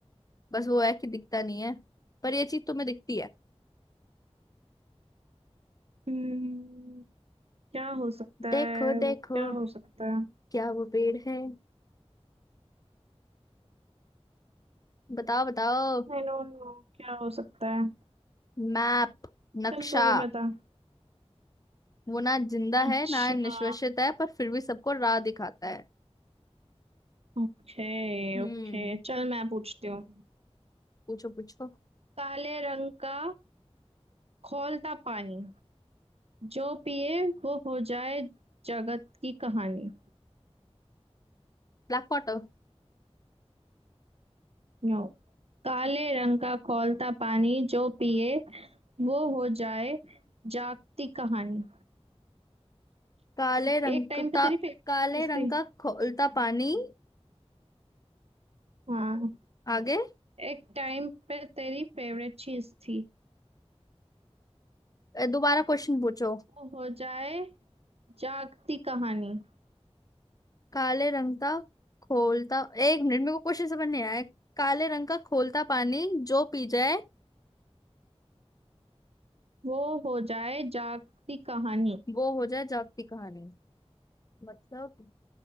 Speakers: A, on the left; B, on the right.
A: बस वो है कि दिखता नहीं है पर ये चीज तुम्हें दिखती है
B: हम्म, क्या हो सकता
A: देखो
B: है
A: देखो
B: वो क्या हो सकता है
A: क्या वो पेड़ है बताओ बताओ
B: आई डोंट नो क्या हो सकता है
A: मैप नक्शा
B: चल तू ये बता
A: वो ना जिंदा
B: अच्छा
A: है ना निश्वसित है पर फिर भी सबको राह दिखाता है
B: ओके
A: हम्म
B: ओके चल मैं पूछती हूँ
A: पूछो पूछो
B: काले रंग का खौलता पानी जो पिए वो हो जाए जगत की कहानी
A: Black water
B: नो काले रंग का खौलता पानी जो पिए वो हो जाए जागती कहानी
A: काले
B: एक
A: रंग
B: टाइम पे
A: का
B: तेरी फेवरेट
A: काले
B: चीज
A: रंग
B: थी
A: का खोलता पानी
B: हाँ
A: आगे
B: एक टाइम पे तेरी फेवरेट चीज थी
A: ए, दोबारा क्वेश्चन पूछो
B: वो हो जाए जागती कहानी
A: काले रंग का खोलता एक मिनट मेरे को क्वेश्चन समझ नहीं आया काले रंग का खोलता पानी जो पी जाए
B: वो हो जाए जागती कहानी
A: वो हो जाए जागती कहानी मतलब